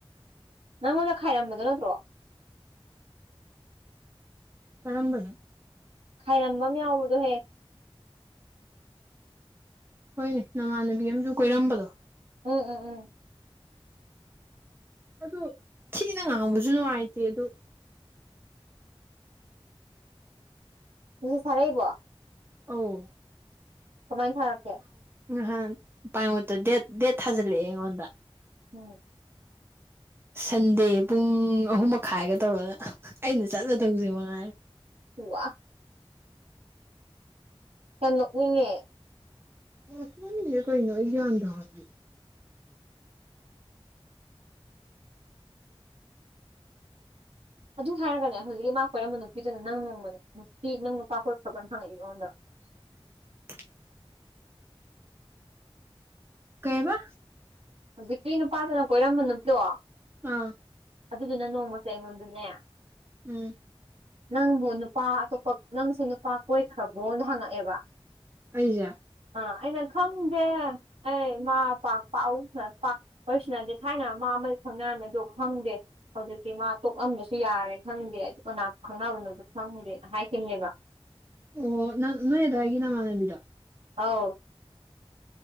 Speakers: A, on the right (about 80°); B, on the right (about 25°).
A: ꯅꯪꯉꯣꯟꯗ ꯈꯥꯏꯔꯝꯕꯗꯨ ꯅꯠꯇ꯭ꯔꯣ
B: ꯀꯔꯝꯕꯅꯑꯣ
A: ꯈꯥꯏꯔꯝꯕ ꯑꯃ ꯌꯥꯎꯕꯗꯣꯍꯦ
B: ꯍꯣꯏꯅꯦ ꯅꯃꯥꯟꯅꯕꯤ ꯑꯃꯁꯨ ꯀꯣꯏꯔꯝꯕꯗꯣ
A: ꯎꯝ ꯎꯝ ꯎꯝ
B: ꯑꯗꯨ ꯊꯤꯅ ꯉꯥꯡꯕꯁꯨ ꯅꯨꯡꯉꯥꯏꯇꯦ ꯑꯗꯨ
A: ꯁꯤ ꯊꯔꯛꯏꯕꯣ
B: ꯑꯎ
A: ꯀꯃꯥꯏꯅ ꯊꯥꯔꯛꯀꯦ
B: ꯉꯍꯥꯟ ꯄꯥꯏꯉꯨꯠꯇ ꯗꯦꯠ ꯗꯦꯠ ꯊꯥꯖꯤꯜꯂꯛꯑꯦ ꯑꯩꯉꯣꯟꯗ
A: ꯎꯝ
B: ꯁꯟꯗꯦ ꯄꯨꯡ ꯑꯍꯨꯝ ꯃꯈꯥꯏꯒ ꯇꯧꯔꯅ ꯑꯩꯅ ꯆꯠꯂꯗꯧꯁ ꯃꯉꯥꯏ
A: ꯋꯥꯍꯥ ꯌꯥꯝ ꯅꯣꯛꯅꯤꯡꯉꯦ
B: ꯑꯣ ꯁꯤꯖꯦ ꯀꯩꯅꯣ ꯑꯩ ꯒꯌ꯭ꯥꯟ ꯇꯥꯗꯦ
A: ꯑꯗꯨ ꯍꯥꯏꯔꯒꯅꯦ ꯍꯧꯖꯤꯛ ꯃꯥ ꯀꯣꯏꯔꯝꯕ ꯅꯨꯄꯤꯗꯨꯅ ꯅꯪ ꯒꯨꯕꯅꯦ ꯅꯨꯄꯤ ꯅꯪ ꯅꯨꯄꯥ ꯀꯣꯏꯕ ꯈꯣꯠꯄꯥꯅ ꯍꯪꯉꯛꯏꯕ ꯑꯩꯉꯣꯟꯗꯥ
B: <inaudible> <inaudible> ꯀꯩꯍꯥꯏꯕ
A: ꯍꯧꯖꯤꯛꯀꯤ ꯅꯨꯄꯥꯗꯨꯅ ꯀꯣꯏꯔꯝꯕ ꯅꯠꯇꯣ
B: ꯑꯥ
A: ꯑꯗꯨꯒꯤꯅ ꯅꯣꯡꯃꯁꯦ ꯑꯩꯉꯣꯟꯗꯅꯦ
B: ꯎꯝ
A: ꯅꯪꯕꯨ ꯅꯨꯄꯥ ꯑꯇꯣꯞꯄ ꯅꯪꯁꯨ ꯅꯨꯄꯥ ꯀꯣꯏꯈ꯭ꯔꯕ꯭ꯔꯣꯅ ꯍꯪꯉꯛꯑꯦꯕ
B: ꯑꯩꯁꯦ
A: ꯑ ꯑꯩꯅ ꯈꯪꯗꯦ ꯑꯩ ꯃꯥ ꯄꯥꯛ ꯄꯥꯎ ꯄꯥꯛꯄꯁꯤꯅꯗꯤ ꯊꯥꯏꯅ ꯃꯥ ꯑꯃꯗꯣ ꯈꯪꯅꯔꯝꯃꯦꯗꯣ ꯈꯪꯗꯦ ꯍꯧꯖꯤꯛꯇꯤ ꯃꯥ ꯇꯣꯛꯂꯝꯕꯁꯨ ꯌꯥꯔꯦ ꯈꯪꯗꯦ ꯑꯩꯗꯤ ꯀꯅꯥ ꯈꯪꯅꯕꯅꯣꯁꯨ ꯈꯪꯗꯦꯅ ꯍꯥꯏꯈꯤ ꯉꯦꯕ
B: ꯑꯣ ꯅꯡ ꯅꯣꯏ ꯑꯗꯥꯏꯒꯤ ꯅꯃꯥꯟꯅꯕꯤꯗꯣ
A: ꯑꯥꯎ